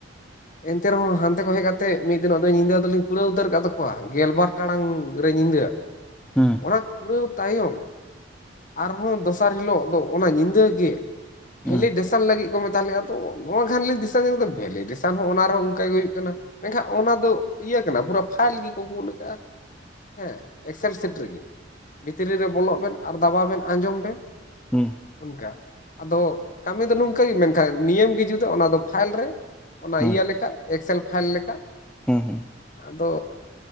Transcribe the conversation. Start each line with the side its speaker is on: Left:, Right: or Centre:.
Left: ᱮᱱᱛᱮ ᱨᱮᱦᱚᱸ ᱦᱟᱱᱛᱮ ᱠᱷᱚᱡ ᱦᱮᱡ ᱠᱟᱛᱮᱜ ᱢᱤᱫ ᱫᱤᱱᱚᱜ ᱫᱚ ᱧᱤᱫᱟᱹ ᱫᱚᱞᱤᱧ ᱠᱩᱲᱟᱹᱣ ᱩᱛᱟᱹᱨ ᱟᱠᱟᱫ ᱛᱟᱠᱚᱣᱟ ᱜᱮᱞᱵᱟᱨ ᱴᱟᱲᱟᱝ ᱨᱮ ᱧᱤᱫᱟᱹ᱾
Centre: ᱦᱩᱸ
Left: ᱚᱱᱟ ᱠᱩᱲᱟᱹᱣ ᱛᱟᱭᱚᱢ ᱟᱨᱦᱚᱸ ᱫᱚᱥᱟᱨ ᱦᱤᱞᱳᱜ ᱫᱚ ᱚᱱᱟ ᱧᱤᱫᱟᱹ ᱜᱮ ᱵᱷᱮᱞᱤ
Centre: ᱦᱩᱸ
Left: ᱰᱮᱥᱚᱱ ᱞᱟᱹᱜᱤᱫ ᱠᱚ ᱢᱮᱛᱟ ᱞᱮᱜ-ᱟ, ᱛᱚ ᱱᱚᱣᱟ ᱠᱷᱟᱱᱞᱤ ᱫᱤᱥᱟᱹ ᱠᱮᱫᱟ ᱵᱷᱮᱞᱤ ᱰᱮᱥᱟᱱ ᱦᱚᱸ ᱚᱱᱟ ᱨᱮᱦᱚᱸ ᱚᱱᱠᱟ ᱜᱮ ᱦᱩᱭᱩᱜ ᱠᱟᱱᱟ᱾ ᱢᱮᱱᱠᱷᱟᱱ ᱚᱱᱟ ᱫᱚ ᱤᱭᱟᱹ ᱠᱟᱱᱟ ᱯᱩᱨᱟᱹ ᱯᱷᱟᱭᱤᱞ ᱜᱮᱠᱚ ᱠᱳᱞ ᱠᱟᱜ-ᱟ᱾ ᱦᱮᱸ, ᱮᱠᱥᱮᱞ ᱥᱤᱴᱨᱤ ᱵᱷᱤᱛᱨᱤ ᱨᱮ ᱵᱚᱞᱚᱜ ᱵᱤᱱ ᱟᱨ ᱫᱟᱵᱟᱣ ᱵᱮᱱ ᱟᱸᱡᱚᱢ ᱵᱮᱱ᱾
Centre: ᱦᱩᱸ
Left: ᱚᱱᱠᱟ ᱟᱫᱚ ᱠᱟᱹᱢᱤ ᱫᱚ ᱱᱚᱝᱠᱟ ᱜᱮ ᱢᱮᱱᱠᱷᱟᱱ ᱱᱤᱭᱟᱹᱢ ᱜᱮ ᱡᱩᱫᱟᱹ ᱚᱱᱟ ᱫᱚ ᱯᱷᱟᱭᱤᱞ ᱨᱮ᱾ ᱚᱱᱟ
Centre: ᱦᱩᱸ
Left: ᱤᱭᱟᱹ ᱞᱮᱠᱟ ᱮᱠᱥᱮᱞ ᱯᱷᱟᱭᱤᱞ ᱞᱮᱠᱟ᱾
Centre: ᱦᱩᱸ ᱦᱩᱸ
Left: ᱟᱫᱚ